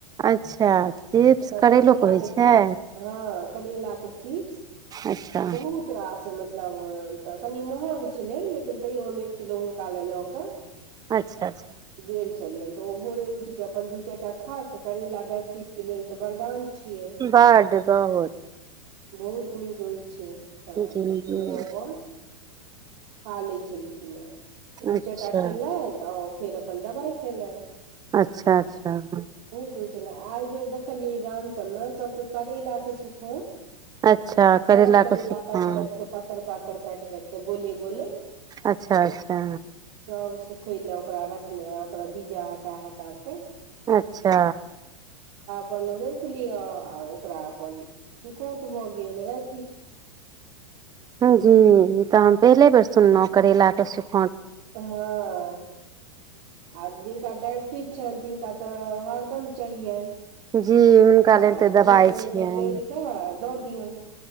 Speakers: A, on the right; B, on the right.
A: अच्छा चिप्स
B: तऽ
A: करैलोके
B: करैलाके
A: होइ छै
B: चिप्स हँ करैलाके चिप्स
A: अच्छा
B: बहुत रास मतलब तब कनि महग छलै लेकिन तैयो हम एक किलो हुनका लेल लऽ कऽ
A: अच्छा अच्छा
B: गेल छलियनि तऽ ओ भोरे उठिके अपन दू चारिटा खाक करेला डायइबिटीजके लेल तऽ वरदान छियै
A: बड्ड बहुत
B: बहुत नीक होइ छै तऽ
A: झिंगुर
B: ओ अपन खा लै छलखिन हेँ दू
A: अच्छा
B: चारि टा खेलथि आ फेर अपन दबाइ खेला
A: अच्छा अच्छा ह
B: होइ छलै एहि बेर देखलियै गाम सबमे सबके करेला के सुखौंत
A: अच्छा करैला
B: सब करेला
A: के सुखल
B: काटि काटि के पातर पातर काटि काटि के गोले बोलें
A: अच्छा अच्छा
B: सब सु खय लए ओकरा रखने आ ओकरा बीजा हटा हटा कऽ
A: अच्छा
B: अपन रोपि लिय आर ओकरा अपन सुखौंत भऽ गेल राइ
A: जी ई तऽ हम पहिले बेर सुनलहुँ करेलाक के सुख
B: <unintelligible> टी छनि तिनका तऽ हरदम चाहियैन
A: जी हुनका
B: तऽ
A: लेल
B: कनि
A: दबाइ
B: कनि
A: छियनि
B: तैरि कऽ दऽ दियौन